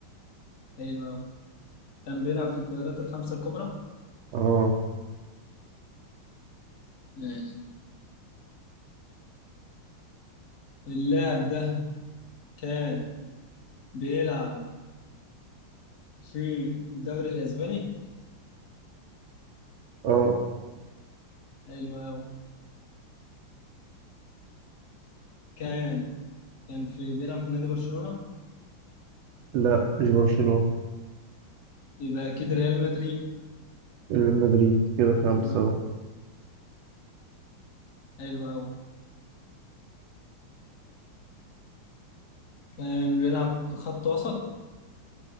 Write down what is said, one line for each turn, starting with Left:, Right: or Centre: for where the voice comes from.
Left: حلو قوي كان بيلعب في الدوريات الخمسة الكبرى
Right: اه
Left: ماشي اللاعب ده كان بيلعب في الدوري الاسباني
Right: اه
Left: حلو قوي كان كان في بيلعب في نادي برشلونة
Right: لا مش برشلونه
Left: يبقى اكيد ريال مدريد
Right: ريال مدريد كده خمسه
Left: اه
Right: اهو
Left: حلو قوي كان بيلعب في خط وسط